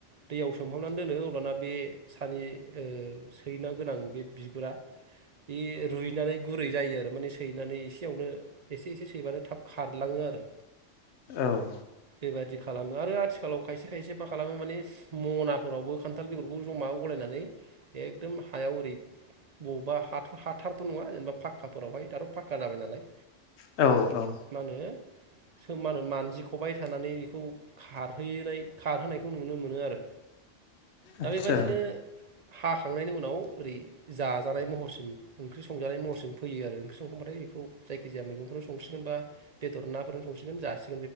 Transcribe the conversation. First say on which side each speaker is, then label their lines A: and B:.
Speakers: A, on the right (about 50°); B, on the left (about 65°).
A: दैयाव सोमहाबनानै दोनो अब्ला अब्लाना बे सानि ओ सैनो गोनां बे बिगुरा बे रुइनानै गुरै जायो आरो माने सैनानै एसेयावनो एसे एसे सैबानो थाब खारलाङो आरो।
B: औ।
A: बे बायदि खालामो आरो आथिखालाव खायसे खायसे मा खालामो माने मनाफोरावबो खान्थाल बेगरखौ जमा गलायनानै एकदम हायाव ओरै बब्बा हाथ हाथारथ' नङा जेनेबा फाक्काफोरावहाय दाथ' फाखक्का जाबाय नालाय।
B: औ औ।
A: माने सोम मा होनो मानजिखबाय थानानै बेखौ खारहोनाय खारहोनायखौ नुनो मोनो आरो। दा
B: आदसा
A: बेबादिनो हाखांनायनि उनाव ओरै जाजानाय महरसिम ओंख्रि संजानाय महरसिम फैयो आरो ओंख्रि संखांबाथाय बेखौ जायखिजाया मैगंफोर संसिगोनबा बेदर नाफोरजों संसिगोन जासि